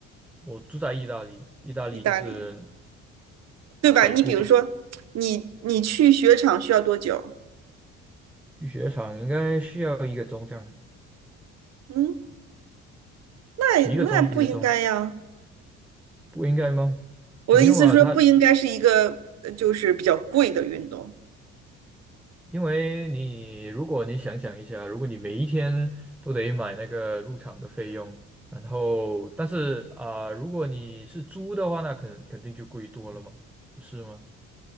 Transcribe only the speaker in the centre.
我住在意大利，意大利就是
北部吧，
去雪场应该需要一个钟这样，
一个钟一个钟，不应该吗？
没有啊，他。
因为你，如果你想想一下，如果你每一天都得买那个入场的费用，然后，但是啊、如果你是租的话，那肯肯定就贵多了嘛，不是吗？